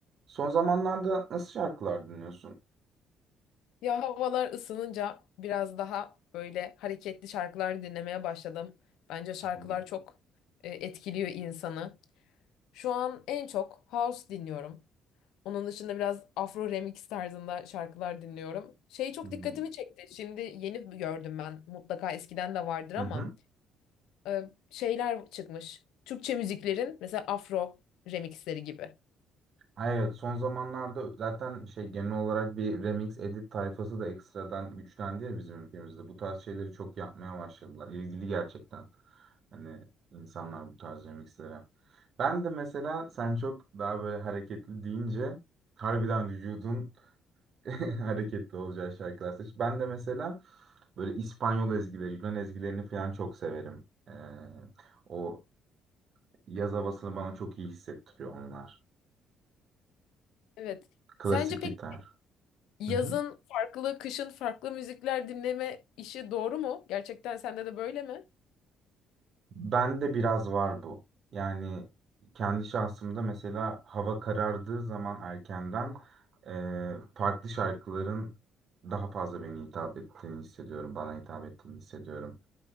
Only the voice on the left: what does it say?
Ya havalar ısınınca biraz daha böyle hareketli şarkılar dinlemeye başladım. Bence şarkılar
çok e, etkiliyor insanı. Şu an en çok house dinliyorum. Onun dışında biraz Afro remix tarzında şarkılar dinliyorum. Şey çok
dikkatimi çekti. Şimdi yeni gördüm ben. Mutlaka eskiden de vardır ama
e, şeyler çıkmış. Türkçe müziklerin mesela Afro remixleri gibi.
Evet.
Sence pek
yazın
farklı, kışın farklı müzikler dinleme işi doğru mu? Gerçekten sende de böyle mi?